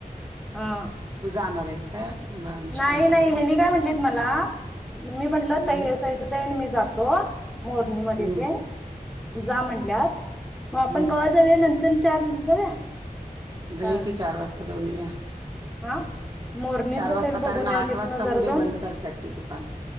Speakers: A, in the centre; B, on the right (about 30°).
A: हा.
B: तु जाणार आहेस काय? मिस्टरांच्या
A: नाही नाही
B: बरोबर,
A: हेनी काय म्हटलीत मला मी म्हंटलं
B: हम्म
A: तई सविता ताई आणि मी जातो. मोरणी मध्ये
B: हम्म
A: टेन जा म्हणल्यात, मग आपण
B: हम्म
A: कवा जाऊया नंतर न चार दिवस जाऊया. का
B: जाऊया की चार वाजता, जाऊन येऊ या.
A: हा, मोरणीच
B: वाजता
A: सेल
B: कारण
A: बघून
B: आठ
A: येऊया
B: वाजता
A: तिन जरा
B: म्हणजे
A: जाऊन
B: बंद करतात की दुकान